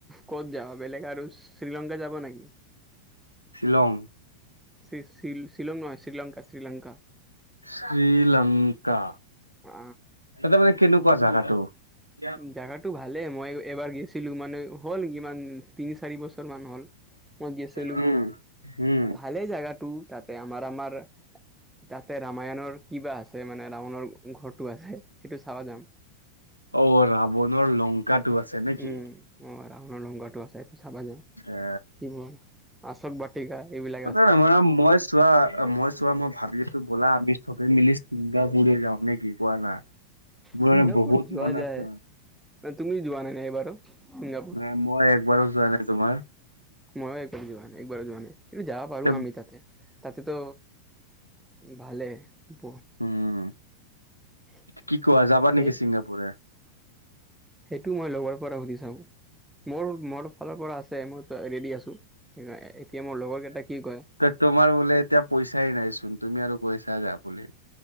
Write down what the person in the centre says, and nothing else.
ক'ত যাবা বেলেগ আৰু শ্ৰীলংকা যাবা নেকি
শ শ্বিলং নহয় শ্ৰীলংকা শ্ৰীলংকা
অ'।
জাগাটো ভালে মই এবাৰ গৈছিলো মানে হ'ল কিমান তিনি চাৰি বছৰ মান হ'ল। মই গৈছিলো
ভালেই জেগাটো তাতে আমাৰ আমাৰ তাতে ৰামায়ণৰ কিবা আছে মানে ৰাৱণৰ ঘৰটো আছে সেইটো চাব যাম
উম, অ ৰাৱণৰ লংকাটো আছে এইটো চাব যাম
কি ব'ল <unintelligible> কা <inaudible> এইবিলাক
ছিংগাপুৰ
যোৱা
যায়।
তুমি যোৱা নাই এবাৰো ছিংগাপুৰ
ময়ো একবাৰো যোৱা নাই একবাৰো যোৱা নাই কিন্তু যাব পাৰো
আমি তাতে তাতে ত' ভালে ব
<inaudible>
সে
সেইটো মই লগৰ পৰা সুধি চাওঁ মোৰ, মোৰ ফালৰ পৰা আছে মই ৰেডি আছোঁ। এতিয়া মোৰ লগৰ কেইটা কি কয়।